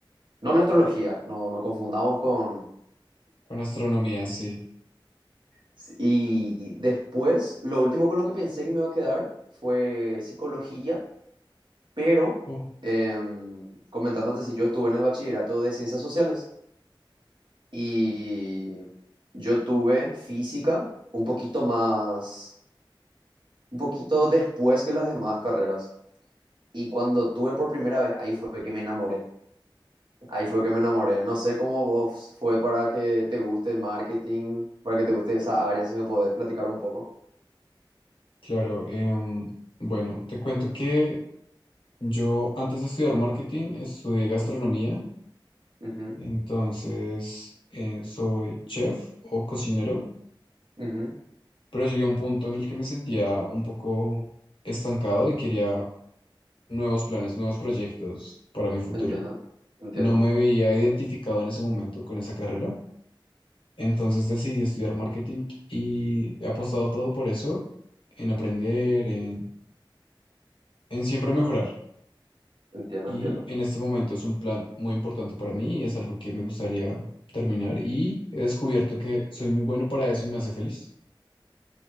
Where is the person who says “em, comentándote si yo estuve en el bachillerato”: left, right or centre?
Right